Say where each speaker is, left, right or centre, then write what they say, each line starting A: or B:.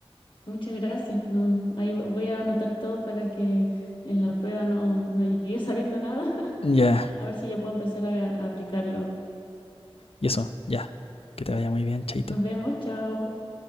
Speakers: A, on the left; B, on the left.
A: Muchas gracias. No, ahí vo- voy a anotar todo para que en la prueba no, no llegue sabiendo nada. <laughs>
B: Ya, yeah.
A: A ver si ya puedo empezar a a aplicarlo.
B: y eso, ya, yeah. que te vaya muy bien, chaito.
A: Nos vemos, chao.